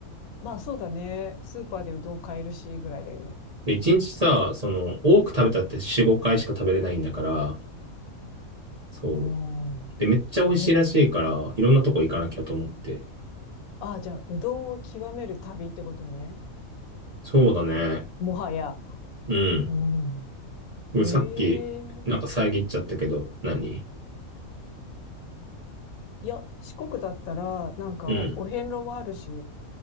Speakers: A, on the left; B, on the right.
A: まあそうだね。スーパーでうどん買えるし、ぐらいだよね。
B: で、1日さ、その、多く食べたって4、5回しか食べれないんだから、そう。
A: うん。
B: で、めっちゃ美味しいらしいから、
A: え、
B: いろんなとこ行かなきゃと思って。
A: あ、じゃあ、うどんを極める旅ってことね。
B: そうだね。
A: もはや。
B: うん。
A: うん。
B: でもさっき、
A: ええん
B: なんか遮っちゃったけど、何
A: いや、四国だったら、なんか、
B: うん。
A: お遍路もあるし、